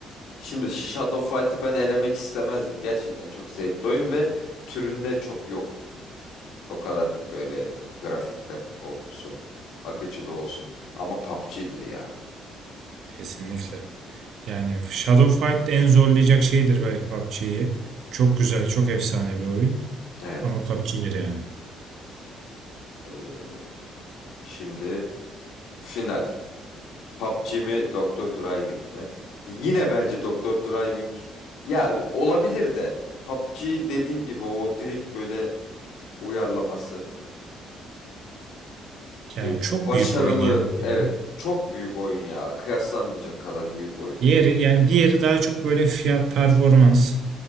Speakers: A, on the left (about 80°); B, on the right (about 70°).
A: Şimdi Shadow Fight'ı ben elemek istemezdim. Gerçekten çok zevkli oyun ve türünde çok yok. O kadar böyle grafikler olsun, akıcılığı olsun. Ama PUBG'dir ya.
B: <laughs> Kesinlikle. Yani Shadow Fight en zorlayacak şeydir belki PUBG'yi. Çok güzel, çok efsane bir oyun.
A: Evet.
B: Ama PUBG'dir yani.
A: Ee, şimdi final. PUBG mi, Doktor Driving mi? Yine bence Doktor Driving. Ya olabilir de. PUBG dediğim gibi o direkt böyle uyarlaması.
B: Yani
A: Ee,
B: çok
A: başarılı.
B: büyük oyun yani bir kere.
A: Evet. Çok büyük oyun ya. Kıyaslanmayacak kadar büyük oyun.
B: Diğeri yani diğeri daha çok böyle fiyat performans.